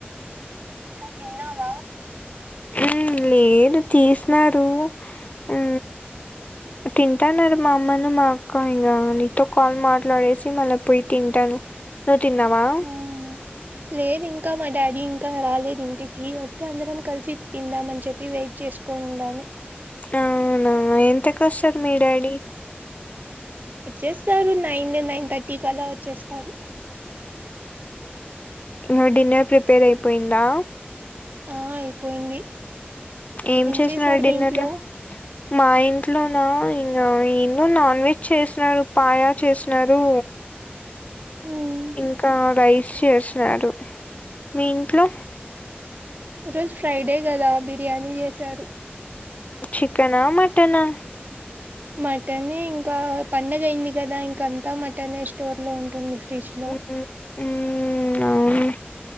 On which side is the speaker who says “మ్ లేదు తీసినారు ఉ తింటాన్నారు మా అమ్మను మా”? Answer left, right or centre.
Left